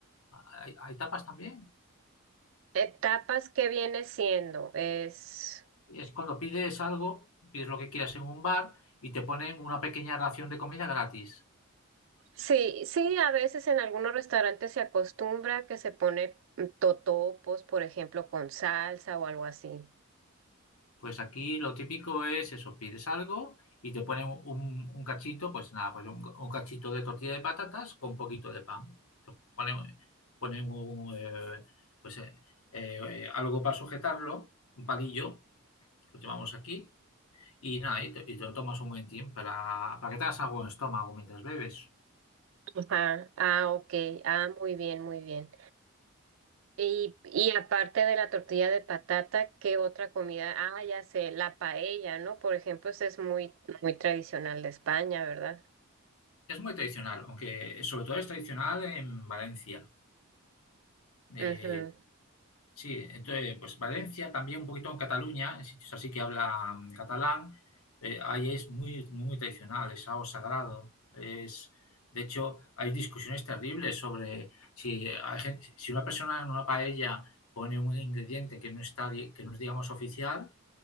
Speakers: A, on the left; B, on the right.
A: ¿hay hay tapas también?
B: Etapas que viene siendo es
A: Es cuando pides algo, pides lo que quieras en un bar y te ponen una pequeña ración de comida gratis.
B: sí, sí, a veces en algunos restaurantes se acostumbra que se pone mm, totopos, por ejemplo, con salsa o algo así.
A: Pues aquí lo típico es eso, pides algo y te ponen un, un cachito, pues nada, pues un, un cachito de tortilla de patatas con un poquito de pan. Te ponen, ponen un, eh, pues, eh, eh, eh, algo para sujetarlo, un palillo, que lo llamamos aquí, y nada, y te, y te lo tomas un momentín para, para que te hagas algo en el estómago mientras bebes.
B: Ajá. Ah, ok. Ah, muy bien, muy bien. Y, y aparte de la tortilla de patata, ¿qué otra comida? Ah, ya sé, la paella, ¿no? Por ejemplo, esa es muy, muy tradicional de España, ¿verdad?
A: Es muy tradicional, aunque sobre todo es tradicional en Valencia. Eh,
B: Ujú.
A: Sí, entonces, pues Valencia, también un poquito en Cataluña, en sitios así que hablan catalán, eh, ahí es muy, muy, muy tradicional, es algo sagrado. Es, de hecho, hay discusiones terribles sobre si, hay gen- si una persona en una paella pone un ingrediente que no está, di- que no es, digamos, oficial,